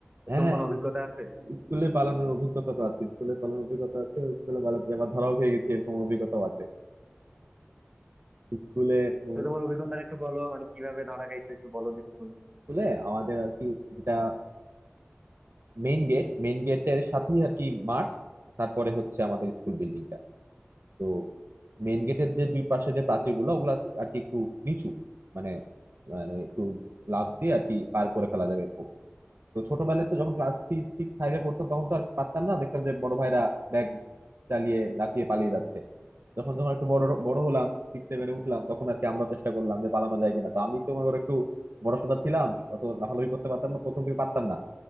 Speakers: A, on the right; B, on the right.
A: এরকম
B: হ্যাঁ হ্যাঁ
A: কোনো অভিজ্ঞতা আছে
B: স্কুলে পালানোর অভিজ্ঞতা তো আছে স্কুলে পালানোর অভিজ্ঞতা আছে স্কুলে পালাতে যে আবার ধরাও খেয়ে গেছি এরকম অভিজ্ঞতাও আছে স্কুলে উম,
A: তো তোমার অভিজ্ঞতা একটু বলো মানে কিভাবে ধরা খাইছো একটু বলো দেখি শুনি
B: স্কুলে আমাদের আর কি যেটা মেইন গেট মেইন গেটের সাথেই আর কি মাঠ তারপরে হচ্ছে আমাদের স্কুল বিল্ডিং তো মেন গেটের যে দুই পাশে যে প্রাচীরগুলো ওগুলো আর কি একটু নিচু মানে মানে একটু লাফ দিয়ে আর কি পার করে ফেলা যাবে খুব তো ছোটবেলায় তো যখন ক্লাস থ্রি সিক্স ফাইভে পড়তাম তখন তো আর কি পারতাম না দেখতাম যে বড় ভাইরা ব্যাগ চালিয়ে লাফিয়ে পালিয়ে যাচ্ছে যখন যখন একটু বড় বড় হলাম সিক্স সেভেনে উঠলাম তখন আর কি আমরা চেষ্টা করলাম যে পালানো যায় কিনা তো আমি তো মনে করো একটু বড়সড় ছিলাম অত লাফালাফি করতে পারতাম না প্রথম থেকে পারতাম না